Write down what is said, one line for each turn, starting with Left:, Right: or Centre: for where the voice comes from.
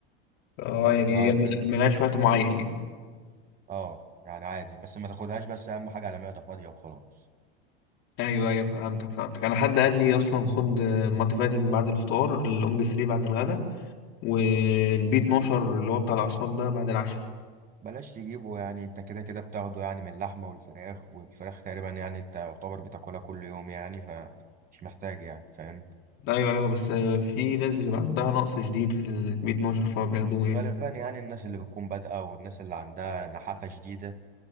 Left: اه يعني
Right: لو
Left: هي
Right: انا
Left: مل-
Right: فاهم
Left: ملهاش وقت معين يعني
Right: اه يعني عادي بس ما تاخدهاش بس اهم حاجه على معده فاضيه وخلاص
Left: ايوه ايوه فهمتك فهمتك انا حد قال لي اصلا خد آه، المالتي فيتامين بعد الفطار الاوميجا 3 بعد الغدا والبي 12 اللي هو بتاع الأعصاب ده بعد العشاء
Right: بلاش تجيبه يعني انت كده كده بتاخده يعني من اللحمه والفراخ والفراخ تقريبا يعني انت يعتبر بتاكلها كل يوم يعني فمش محتاج يعني فاهم
Left: أيوه أيوه بس في ناس بتبقى عندها نقص شديد في البي 12 فبياخدوه
Right: غالبا
Left: يعني
Right: يعني الناس اللي بتكون بادئه والناس اللي عندها نحافه شديده